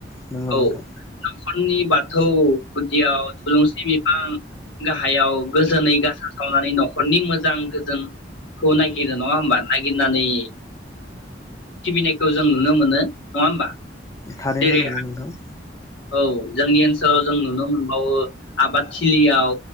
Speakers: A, on the left; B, on the left.
A: नंगौ
B: औ
A: नोंथां
B: नखरनि बाथौ गुदियाव थुलुंसि बिफां गाहायाव गोजोनै गासा सावनानै न'खरनि मोजां गोजोनखौ नायगिरो नङा होमबा नागिरनानै सिबिनायखौ जों नुनो मोनो नङा होमबा।
A: थारैनो
B: जेरै
A: नंगौ नोंथां।
B: औ जोंनि ओनसोलाव जों नुनो मोनबावो आबादथिलियाव